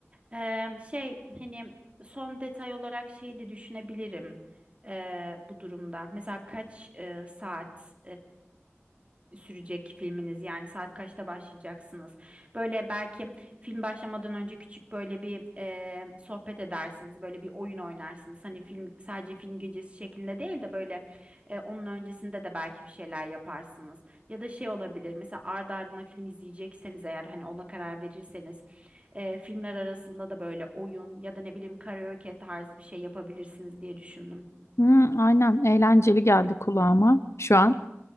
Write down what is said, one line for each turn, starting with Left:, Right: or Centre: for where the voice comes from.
Right: E, şey hani son detay olarak şeyi de düşünebilirim e, bu durumda. Mesela kaç e, saat sürecek filminiz? Yani saat kaçta başlayacaksınız? Böyle belki film başlamadan önce küçük böyle bir e, sohbet edersiniz. Böyle bir oyun oynarsınız. Hani film sadece film gecesi şeklinde değil de böyle e, onun öncesinde de belki bir şeyler yaparsınız. Ya da şey olabilir. Mesela ardı ardına film izleyecekseniz eğer hani ona karar verirseniz e, filmler arasında da böyle oyun ya da ne bileyim karaoke tarzı bir şey yapabilirsiniz diye düşündüm.
Left: Hmm, aynen eğlenceli geldi kulağıma şu an.